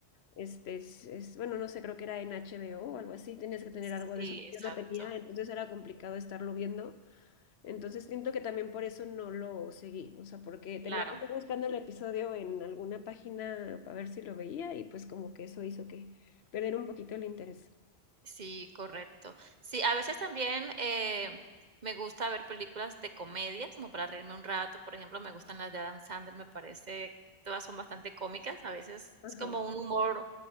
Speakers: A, on the left; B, on the right.
A: este, es, es- bueno, no sé, creo que era en HBO o o algo así, tenías que tener
B: Sí,
A: algo de eso que
B: exacto,
A: yo no tenía, entonces era complicado estarlo viendo. Entonces siento que también por eso no lo seguí, o sea, porque tenía
B: claro.
A: que estar buscando el episodio en alguna página para ver si lo veía y pues como que eso hizo que perder un poquito el interés.
B: Sí, correcto. Sí, a veces también eh, me gusta ver películas de comedia, como para reírme un rato. Por ejemplo, me gustan las de Adam Sandler, me parece, todas son bastante cómicas. A veces
A: Ajá.
B: es como un humor